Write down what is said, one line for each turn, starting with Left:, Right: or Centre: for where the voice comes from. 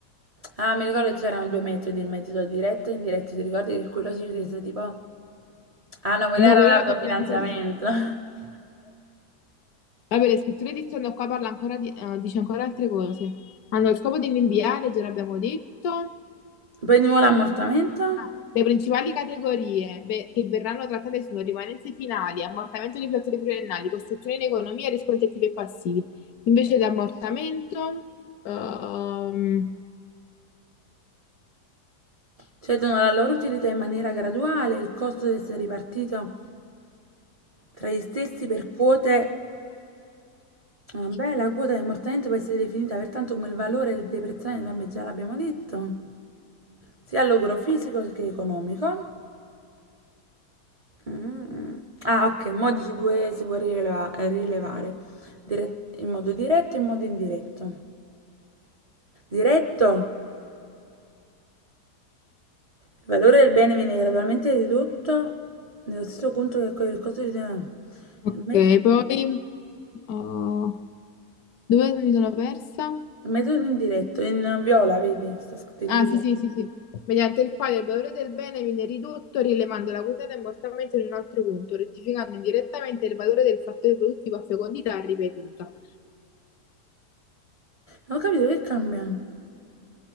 Right: Ah, mi ricordo che c'erano due metodi, il metodo diretto e indiretto. Ti ricordi che quello ci chiese tipo... Ah no, quello
Left: No,
Right: era
Left: quella
Right: l'autofinanziamento.
Left: è la coerenza.
Right: <laughs>
Left: Vabbè, le scritture di stanno qua parla ancora di, eh, dice ancora altre cose. Hanno lo scopo di rinviare, già l'abbiamo detto.
Right: Poi di nuovo l'ammortamento?
Left: Ah, Le principali categorie ve- che verranno trattate sono rimanenze finali, ammortamento di flotte pluriennali, costruzione in economia, riscontri attivi e passivi. Invece di ammortamento, ehm,
Right: cedono alla loro utilità in maniera graduale, il costo deve essere ripartito tra gli stessi per quote. Vabbè, la quota di ammortamento può essere definita pertanto come il valore del deprezzazione, vabbè, già l'abbiamo detto, sia all'ogro fisico che economico. Mm. Ah, ok, modici 2 si può rileva- eh, rilevare Diret- in modo diretto e in modo indiretto. Diretto, il valore del bene viene gradualmente ridotto nello stesso conto che accoglie il costo di... Il
Left: ok,
Right: metodo...
Left: poi oh, dove mi sono persa?
Right: Metodo indiretto, in viola, vedi? Sta scritto lì.
Left: Ah, sì,
Right: là.
Left: sì, sì, sì. Mediante il quale il valore del bene viene ridotto rilevando la quotata immortalmente in un altro punto, rettificando indirettamente il valore del fattore produttivo a fecondità ripetuta.
Right: Non ho capito che cambia.